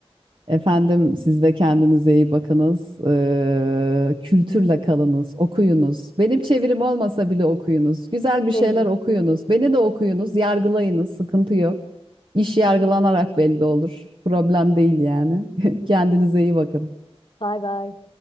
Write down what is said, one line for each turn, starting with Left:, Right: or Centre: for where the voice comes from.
Right: Efendim siz de kendinize iyi bakınız. Ee, kültürle kalınız, okuyunuz. Benim çevirim olmasa bile okuyunuz. Güzel bir şeyler
Left: Elvin.
Right: okuyunuz. Beni de okuyunuz, yargılayınız, sıkıntı yok. İş yargılanarak
Left: Evet.
Right: belli olur. Problem değil yani. <laughs> Kendinize iyi bakın.
Left: Bay bay.